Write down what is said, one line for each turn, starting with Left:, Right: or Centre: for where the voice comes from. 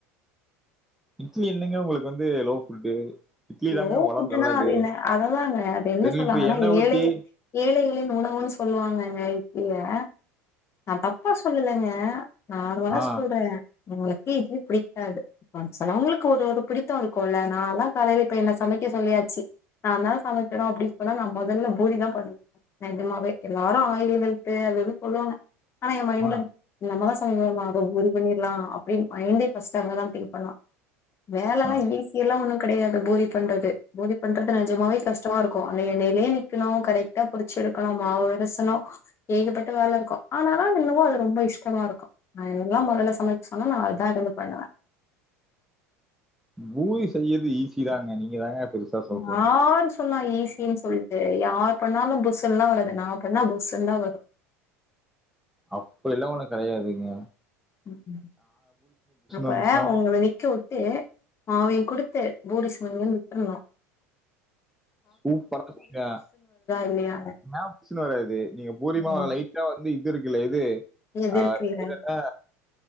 Centre: இட்லி என்னங்க உங்களுக்கு வந்து லோ ஃபுட்டு இட்லி
Left: லோபுட்டுனா
Centre: தாங்க ஒடம்புக்கு நல்லது
Left: அது என்ன அததாங்க அது என்ன
Centre: ரெண்டு
Left: சொல்வாங்கனா
Centre: லிட்டர் எண்ணெ ஊத்தி
Left: ஏழைகள் ஏழை உணவுனு சொல்லுவாங்கங்க இட்லிய நா தப்பா சொல்லுலங்க நார்மலா
Centre: ஆ
Left: சொல்ற உமக்கே இட்லி பிடிக்காது ஒன் சொலவுங்களுக்கு ஒடு ஒடு பிடித்தம் இருக்கும்ல நாலா காலையில இப்ப என்ன சமைக்க சொல்லியாச்சு நாதா சமக்கனும் அப்டி சொன்னா நா மொதல்ல பூரிதா பண்ணுவே நெஜமாவே எல்லாரு ஆயிலு ஹேல்து அதுது சொல்வாங்க ஆன ஏமைண்ட்ல
Centre: ஆ
Left: நம்பதா <inaudible> பண்ணிர்லா அப்டின்னு மைண்டே ஃபர்ஸ்ட்டு அங்கதா திங்க் பண்ணும் வேலலா
Centre: ஆ
Left: ஈசிலா ஒண்ணு கெடயாது பூரி பண்றது பூரி பண்றது நிஜமாவே கஷ்டமா இருக்கு அந்த எண்ணயிலே நிக்கணு கரெக்டா புடிச்சு எடுக்கணு மாவுவொரசணு ஏகப்பட்ட வேல இருக்கு ஆனாலு அது என்னவோ அரு ரொம்ப இஷ்டமா இருக்கு நா எல்லா மண்ணுல சமச்சாலு நா அதா இருந்து பண்ணுவ
Centre: பூரி செய்ரது ஈஸி தாங்க நீங்க தாங்க பெருசா சொல்றீங்க
Left: யாரு சொன்ன ஈஸின் சொல்ட்டு யார் பண்ணாலு புஸ்சுல்லா வராது நா பண்ணா புஸ்சுன்தா வரு
Centre: அப்டிலா ஒன்னு கெடயாதுங்க
Left: உம் அப்ப
Centre: வந்துச்சுன்னா
Left: ஒங்கள நிக்க விட்டு மாவயும் குடுத்து பூரிசுடுங்க விட்ருனு
Centre: சூப்பரா வருங்க
Left: இல்லையானு
Centre: ன்னா புஷ்ணு வராது நீங்க பூரிமாவ
Left: ம்
Centre: லைட்டா வந்து இது இருக்குல இது
Left: எதிர்க்குல்ல
Centre: அஹ் அது பேரன்ன